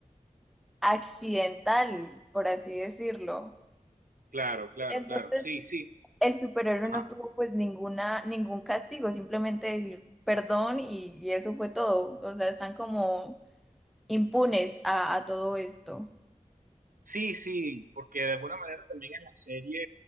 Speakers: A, in the centre; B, on the right.
A: accidental, por así decirlo.
B: claro, claro,
A: Entonces,
B: claro. Sí, sí.
A: el superhéroe
B: Ajá.
A: no tuvo pues ninguna, ningún castigo, simplemente decir perdón y, y eso fue todo. O sea, están como impunes a, a todo esto.
B: Sí, sí, porque de alguna manera también en la serie